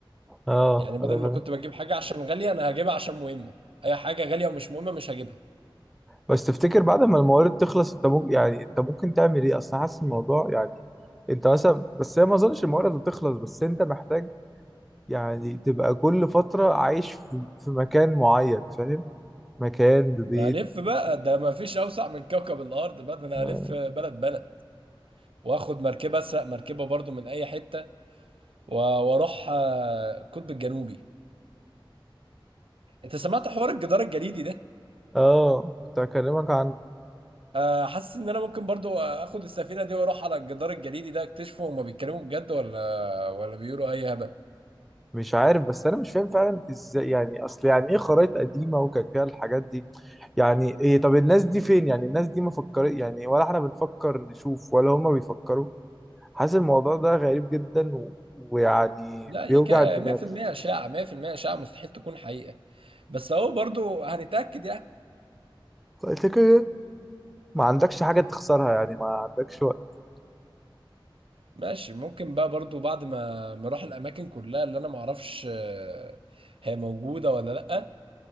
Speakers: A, in the centre; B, on the right.
A: اه
B: يعني بدل
A: انا فاهم
B: ما كنت بجيب حاجه عشان غاليه انا هجيبها عشان مهمه اي حاجه غاليه ومش مهمه مش هجيبها
A: بس تفتكر بعد ما الموارد تخلص انت ممكن يعني انت ممكن تعمل ايه اصل حاسس الموضوع يعني انت مثلا بس هي ما اظنش الموارد هتخلص بس انت محتاج يعني تبقى كل فتره عايش في, في مكان معين فاهم مكان ببيت
B: انا هلف بقى ده ما فيش اوسع من كوكب الارض بقى ده انا
A: اه
B: هلف بلد بلد واخد مركبه اسرق مركبه برضو من اي حته و- واروح آه، القطب الجنوبي انت سمعت حوار الجدار الجليدي ده
A: آه، كنت هكلمك عن
B: آه، حاسس ان انا ممكن برضو اخد السفينه دي واروح على الجدار الجليدي ده اكتشفه هما بيتكلموا بجد ولا ولا بيقولوا اي هبل
A: مش عارف بس انا مش فاهم فعلا ازاي يعني اصل يعني ايه خرايط قديمه وكان فيها الحاجات دي يعني ايه طب الناس دي فين يعني الناس دي ما فكر يعني ولا احنا بنفكر نشوف ولا هما بيفكروا حاسس الموضوع ده غريب جدا و... ويعني
B: لا يا
A: بيوجع
B: كا
A: الدماغ
B: 100% اشاعه 100% اشاعه مستحيل تكون حقيقه بس اهو برضو هنتاكد يعني
A: فانت كده ما عندكش حاجه تخسرها يعني ما عندكش وقت
B: ماشي ممكن بقى برضو بعد ما ما اروح الاماكن كلها اللي انا ما اعرفش آه، هي موجوده ولا لا